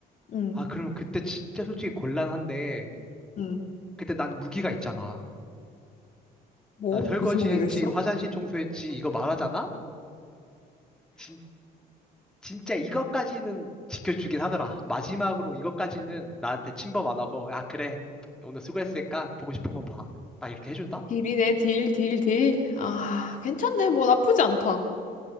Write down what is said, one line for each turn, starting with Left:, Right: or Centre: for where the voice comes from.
Left: 응.
Centre: 아, 그러면 그때 진짜 솔직히 곤란한데,
Left: 응.
Centre: 그때 난 무기가 있잖아.
Left: 뭐?
Centre: 나 설거지
Left: 무슨 무기가
Centre: 했지,
Left: 있어?
Centre: 화장실 청소했지, 이거 말하잖아? 진, 진짜 이것까지는 지켜주긴 하더라. 마지막으로 이것까지는 나한테 침범 안 하고, 아, 그래. 오늘 수고했으니까 보고 싶은 거 봐. 나 이렇게 해준다?
Left: 딜이네, 딜, 딜, 딜. 아, 괜찮네. 뭐 나쁘지 않다.